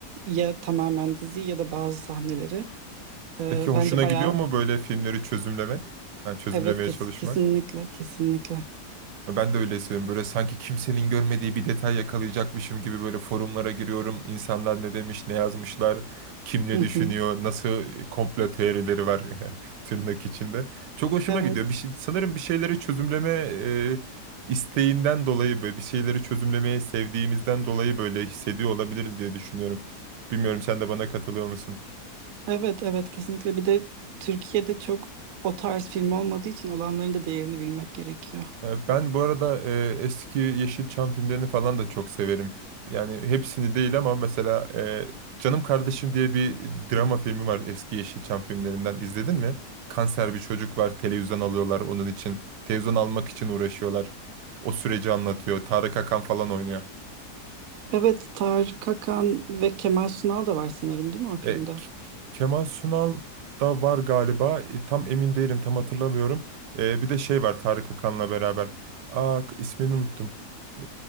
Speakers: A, on the right (about 70°); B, on the right (about 85°).
A: Ya tamamen diziyi ya da bazı sahneleri. Ee,
B: Peki hoşuna
A: bence bayağı
B: gidiyor mu böyle filmleri çözümlemek? Yani çözümlemeye
A: evet kes-
B: çalışmak?
A: kesinlikle kesinlikle.
B: E, Ben de öyle hissediyorum. Böyle sanki kimsenin görmediği bir detay yakalayacakmışım gibi böyle forumlara giriyorum. İnsanlar ne demiş, ne yazmışlar, kim ne
A: Hı
B: düşünüyor,
A: hı.
B: nasıl e, komplo teorileri var <laughs> tırnak içinde. Çok hoşuma
A: Evet.
B: gidiyor. Bir şey, sanırım bir şeyleri çözümleme e, isteğinden dolayı böyle bir şeyleri çözümlemeyi sevdiğimizden dolayı böyle hissediyor olabiliriz diye düşünüyorum. Bilmiyorum sen de bana katılıyor musun?
A: Evet evet kesinlikle bir de Türkiye'de çok o tarz film olmadığı için olanların da değerini bilmek gerekiyor.
B: Ee, Ben bu arada e, eski Yeşilçam filmlerini falan da çok severim. Yani hepsini değil ama mesela e, Canım Kardeşim diye bir drama filmi var eski Yeşilçam filmlerinden. İzledin mi? Kanser bir çocuk var, televizyon alıyorlar onun için. Televizyon almak için uğraşıyorlar. O süreci anlatıyor. Tarık Akan falan oynuyor.
A: Evet Tarık Akan ve Kemal Sunal da var sanırım değil mi o filmde?
B: E, K- Kemal Sunal da var galiba. E, tam emin değilim, tam hatırlamıyorum. E, bir de şey var Tarık Akan'la beraber. Aa k- ismini unuttum. E,